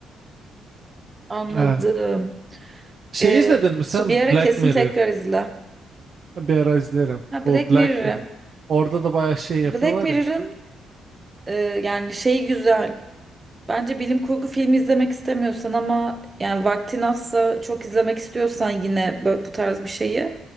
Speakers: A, on the right; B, on the right.
A: Anladım.
B: Ha. Şey
A: Ee,
B: izledin mi sen
A: su- bir ara
B: Black
A: kesin
B: Mirror?
A: tekrar izle.
B: Bir ara izlerim.
A: Ha Black
B: Bu Black
A: Mirror.
B: Mirror. Orada da bayağı şey yapıyorlar
A: Black Mirror'ın
B: ya.
A: e, yani şeyi güzel. Bence bilim kurgu filmi izlemek istemiyorsan ama yani vaktin azsa çok izlemek istiyorsan yine bö- bu tarz bir şeyi